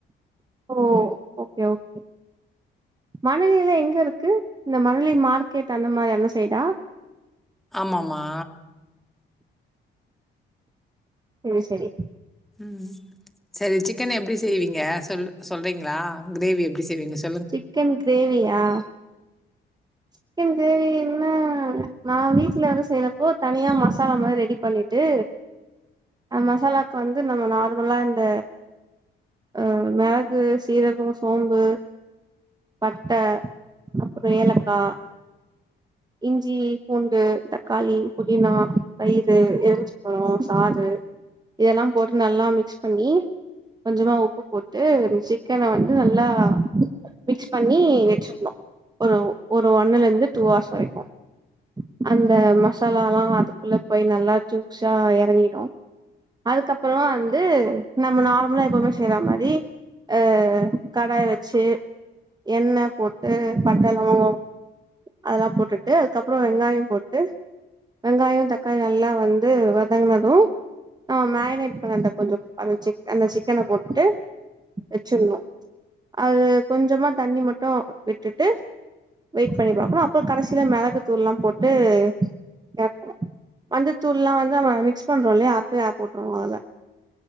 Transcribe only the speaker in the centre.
ஆமாம்மா
ம் செரி ஜிக்கனு எப்டி செய்வீங்க சொல் சொல்றீங்களா கிரேவி எப்டி செய்வீங்க சொ